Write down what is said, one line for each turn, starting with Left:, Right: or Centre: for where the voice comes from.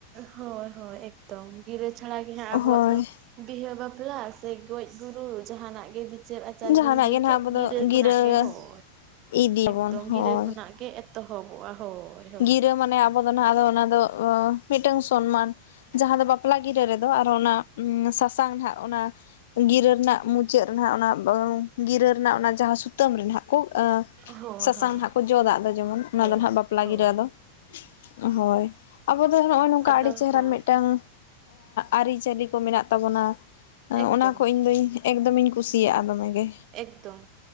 Right: ᱦᱳᱭ ᱦᱳᱭ ᱮᱠᱫᱚᱢ ᱜᱤᱨᱟᱹ ᱪᱷᱟᱲᱟ ᱜᱮ ᱦᱟᱸᱜ
Left: ᱦᱳᱭ
Right: ᱟᱵᱚᱣᱟᱜ ᱫᱚ ᱵᱤᱦᱟᱹ ᱵᱟᱯᱞᱟ ᱥᱮ ᱜᱚᱡ ᱜᱩᱨᱩ ᱡᱟᱦᱟᱱᱟᱜ ᱜᱮ ᱵᱤ ᱪᱟᱨ ᱟᱪᱟᱨ
Left: ᱡᱟᱦᱟᱱᱟᱜ
Right: ᱵᱤᱱ ᱞᱟᱹᱭ
Left: ᱜᱮ ᱱᱟᱦᱟᱜ
Right: ᱠᱮᱫ
Left: ᱟᱵᱚ ᱫᱚ
Right: ᱜᱤᱨᱟᱹ
Left: ᱜᱤᱨᱟᱹ
Right: ᱠᱷᱚᱱᱟᱜ ᱜᱮ ᱦᱳᱭ᱾
Left: ᱤᱫᱤᱭᱟᱵᱚᱱ
Right: ᱮᱠᱫᱚᱢ
Left: ᱦᱳᱭ
Right: ᱜᱤᱨᱟᱹ ᱠᱷᱚᱱᱟᱜ ᱜᱮ ᱮᱫ ᱛᱚᱦᱚᱵ ᱦᱳᱭ ᱦᱳᱭ᱾
Left: ᱜᱤᱨᱟᱹ ᱢᱟᱱᱮ ᱟᱵᱚ ᱫᱚ ᱱᱟᱦᱟᱜ ᱚᱱᱟ ᱫᱚ ᱢᱤᱫᱴᱟᱝ ᱥᱚᱱᱢᱟᱱ᱾ ᱡᱟᱦᱟᱸ ᱫᱚ ᱵᱟᱯᱞᱟ ᱜᱤᱨᱟᱹ ᱨᱮᱫᱚ ᱟᱨ ᱚᱱᱟ ᱥᱟᱥᱟᱝ ᱦᱟᱜ ᱚᱱᱟ ᱜᱤᱨᱟᱹ ᱨᱮᱱᱟᱜ ᱢᱩᱪᱟᱹᱫ ᱨᱮ ᱱᱟᱦᱟᱜ ᱚᱱᱟ ᱜᱤᱨᱟᱹ ᱨᱮᱱᱟᱜ ᱚᱱᱟ ᱡᱟᱦᱟᱸ ᱥᱩᱛᱟᱹᱢ ᱨᱮᱱᱟᱜ ᱠᱚ
Right: ᱦᱳᱭ
Left: ᱥᱟᱥᱟᱝ
Right: ᱦᱳᱭ
Left: ᱦᱟᱸᱜ ᱠᱚ ᱡᱚᱫ ᱫᱟᱜ ᱫᱚ ᱡᱮᱢᱚᱱ᱾ ᱚᱱᱟ
Right: ᱦᱳᱭ
Left: ᱫᱚ ᱦᱟᱜ ᱵᱟᱯ ᱠᱤᱨᱟᱹ
Right: ᱦᱳᱭ
Left: ᱟᱫᱚ ᱦᱳᱭ ᱟᱵᱚ ᱫᱚ ᱱᱚᱜᱚᱭ ᱱᱚᱝᱠᱟ
Right: ᱟᱫᱚ
Left: ᱟᱹᱰᱤ ᱪᱮᱦᱨᱟ
Right: ᱦᱳᱭ
Left: ᱢᱤᱫᱴᱮ ᱴᱟᱝ ᱟᱹᱨᱤ ᱪᱟᱹᱞᱤ ᱠᱚ ᱢᱮᱱᱟᱜ ᱛᱟᱵᱚᱱᱟ
Right: ᱮᱠᱫᱚᱢ
Left: ᱚᱱᱟ ᱠᱚ ᱤᱧᱫᱚᱧ ᱮᱠᱫᱚᱢᱮᱧ ᱠᱩᱥᱤᱭᱟᱜ-ᱟ ᱫᱚᱢᱮ ᱜᱮ᱾
Right: ᱮᱠᱫᱚᱢ